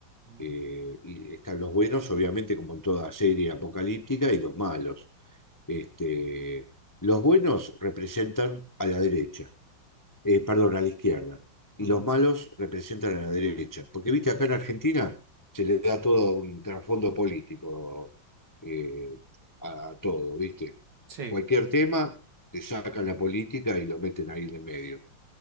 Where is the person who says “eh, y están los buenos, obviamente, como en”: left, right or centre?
Left